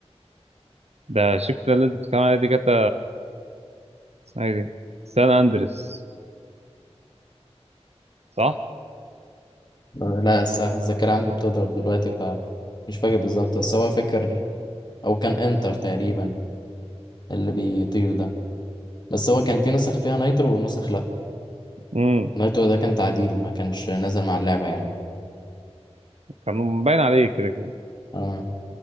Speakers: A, on the right; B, on the left.
A: ده شفت اللي أنت بتتكلم عليها دي كانت اسمها إيه دي سان أندريس صح؟
B: آه، لا صح الذاكرة عندي بتضرب دلوقتي ف مش فاكر بالظبط بس هو فاكر او كان انتر تقريبا اللي بيطير ده بس هو كان في نسخ فيها نايترو ونسخ لا
A: امم
B: نايترو ده كان تعديل ما كانش نازل مع اللعبة يعني
A: كان باين عليه كده كده
B: اه